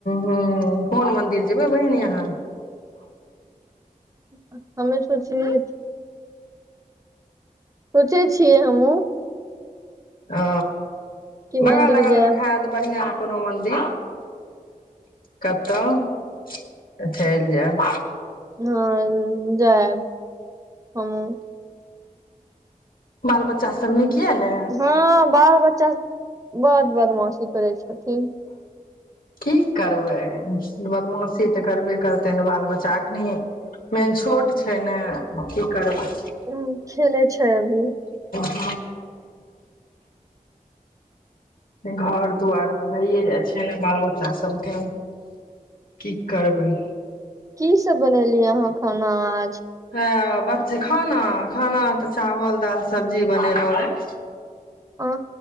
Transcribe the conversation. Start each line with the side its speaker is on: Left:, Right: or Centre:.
Left: हँ कोन मंदिर जेबै बहिन अहाँ
Right: ह <inaudible> हमे सोचलियै उ चीज छियै हमहुँ
Left: ओ बगल
Right: मन्दिर
Left: अगलमे
Right: जायब
Left: हेत बढ़ियां कोनो मन्दिर कतहु तऽ चलि जाएब
Right: हँ जाएब हमहुँ
Left: बाल बच्चा सब नीक ये ने
Right: हँ बाल बच्चा बड्ड बदमाशी करै छथिन
Left: की करबै बदमाशी तऽ करबे करतै ने बाल बच्चा एखनी मेन छोट छै ने की करबै
Right: हँ खेलै छै अभी
Left: ओ घर दुआरमे भैए जाइ छै ने बाल बच्चा सभके की करबै
Right: की सब बनेलियै अहाँ खाना आज
Left: ह बच्चे खाना खाना तऽ चावल दाल सब्जी बनेलहुँ रहे
Right: उ